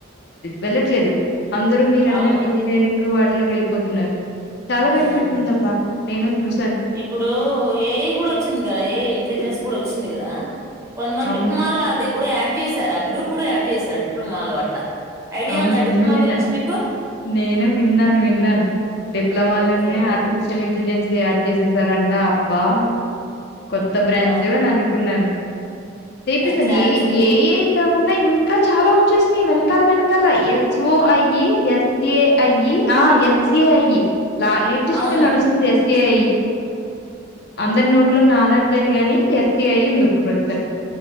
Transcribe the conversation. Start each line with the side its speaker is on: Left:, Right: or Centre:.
Left: వెళ్ళట్లేదు అందరుూ మీరు అన్నట్టు
Right: అవును
Left: ఇంజనీరింగ్ వా లో వెళ్ళిపోతున్నారు చాలా బెనిఫిట్
Right: ఉమ్
Left: ఉందబ్బా నేను చూసాను
Right: ఇప్పుడు ఏయి కూడా వ వచ్చిందిగా ఏ ఇంటెలిజెన్స్ కూడా వచ్చింది కదా కొంద మంది
Left: అవును
Right: దిక్మాాల అది కూడా అడ్ చేశారు ఆ గ్రూప్ కూడా యాడ్ చేశారు డిప్లొమా లో అట్లా ఐడియా
Left: అవును
Right: ఉందా
Left: నేను
Right: డిప్లొమా
Left: విన్నా
Right: గురించి మీకు
Left: నేను విన్నాను విన్నాను డిప్లొమాలోనే
Right: ఓకే
Left: ఆర్టిఫిషియల్ ఎ యాడ్ చేసేసారే అబ్బా కొత్త బ్రాంచ్
Right: ఆ
Left: అని అనుకున్నాను చేపిసది
Right: అట్లా యాడ్ చే
Left: ఏ ఏ కాకుండా ఇం ఇ చాలా వచ్చేసినా ఈ వెనకాల వెనక ల ఎస్ఓ ఐఈ ఎస్ఏ ఐఈ ఆ ఎస్ఏ ఐఈ లేటెస్ట్
Right: అవును
Left: గా నడుస్తుంది ఎస్సఐ అందరి నోట్ ఇంట్లో నానట్లేదుగాని ఎస్ ఈఅయి ఉంది ఇప్పుడు ప్రస్తుతన్